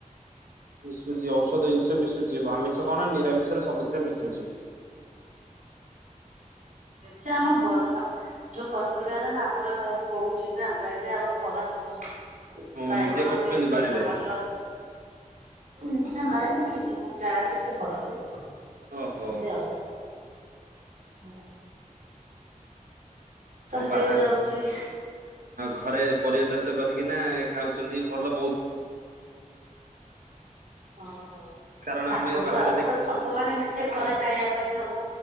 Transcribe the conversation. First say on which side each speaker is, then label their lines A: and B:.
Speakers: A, on the right; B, on the right.
A: ମିଶୁଛି ଔଷଧ ଜିନିଷ ମିଶୁଛି। ଆମିଷ କଣ ନି ନିରାମିଷରେ ସବୁଥିରେ ମିଶୁଛି।
B: ସେ ଆମର ଯୋଉ ପନିପରିବା ହେଲା ନା ଆମର ହଉଛି ନା ବାଇରେ ଆମର କରା ହଉଛି।
A: ହଁ
B: ବାଇଗଣ
A: ନିଜେ କରୁଛନ୍ତି
B: ଭେଣ୍ଡି
A: ବାରିରେ
B: ଟମାଟୋ। ନିଜ ନହିଁ ଯା ଯେ ସେ କରନ୍ତି। ଏମିତି
A: ଓହୋ
B: ଆଉ। ହଁ। ତ ହେଇ
A: ବାହା
B: ଯାଉଛି।
A: ଘରେ ପରିବା ଚାଷ କରିକି ନା ଖାଉ। ଅଛନ୍ତି ଭଲ ବହୁତ।
B: ହଁ
A: କାରଣ
B: ଶାଗଠୁ
A: ଆମେ ବାହାରେ
B: ଆରମ୍ଭ
A: ଦେଖିଛୁ
B: କରି ସବୁ ମାନେ ନିଜେ ଘରେ ଖାଇବା ପାଇଁ ସବୁ